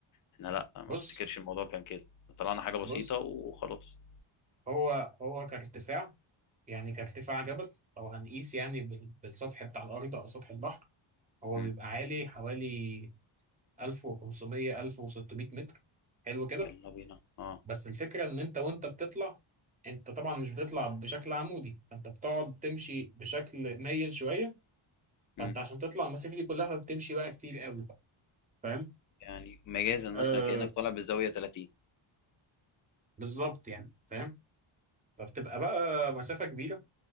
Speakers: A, on the left; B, on the right.
A: احنا لا ما
B: بص
A: افتكرش الموضوع كان كده طلعنا حاجة بسيطة
B: بص
A: وخلاص
B: هو هو كارتفاع يعني كارتفاع جبل لو هنقيس يعني بال- بالسطح بتاع الأرض أو سطح البحر هو
A: مم.
B: بيبقى عالي حوالي 1500 1600 متر حلو كده
A: يلا بينا اه
B: بس الفكرة إن أنت وأنت بتطلع أنت طبعا مش بتطلع بشكل عمودي فأنت بتقعد تمشي بشكل مايل شوية
A: مم.
B: فأنت عشان تطلع المسافة دي كلها فبتمشي بقى كتير قوي بقى فاهم؟
A: يعني مجازا مثلا
B: آه
A: كأنك طالع بالزاوية 30
B: بالظبط يعني فاهم؟ فبتبقى بقى مسافة كبيرة